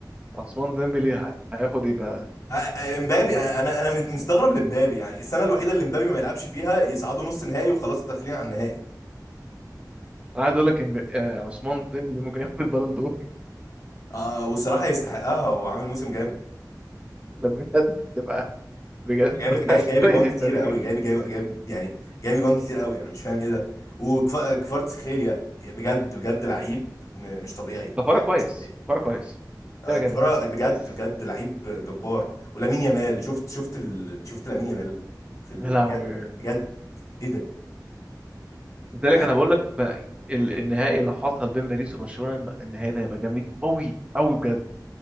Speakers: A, on the right; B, on the left.
A: عثمان ديمبلي ه- هياخد إيه بقى؟
B: أ- أ- امبابي انا انا مستغرب لامبابي يعني السنه الوحيده اللي امبابي ما يلعبش فيها يصعدوا نص نهائي وخلاص التخليع عن النهائي
A: أنا عايز أقول لك إن ب- آه، عثمان ديمبلي ممكن ياخد البالون دور <laughs>
B: آه والصراحه يستحقها وعامل موسم جامد
A: ده بجد تبقى بجد
B: جايب
A: <laughs>
B: جايب
A: يا سرقة
B: جايب جوان كتيره
A: التاريخ
B: قوي جايب جايب جايب يعني جايب جوان كتير قوي انا مش فاهم ايه ده وكفاراتسخيليا بجد بجد لعيب م- مش طبيعي
A: ده فرق
B: لعيب
A: كويس
B: مش طبيعي
A: فرق كويس
B: آه،
A: ده كده
B: كفارا بجد
A: بس
B: بجد لعيب جبار ولامين يامال شفت شفت ال... شفت لامين يامال في ال...
A: يا لهوي
B: بجد بجد ايه ده
A: لذلك
B: يعني
A: انا بقول لك بقى ال- النهائي لو حصل بين باريس وبرشلونه النهائي ده هيبقى جامد قوي قوي بجد